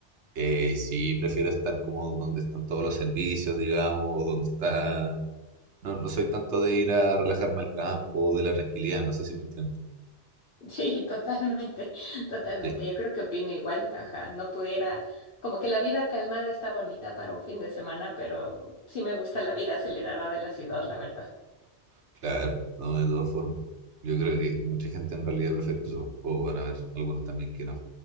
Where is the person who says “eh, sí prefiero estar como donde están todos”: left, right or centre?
Right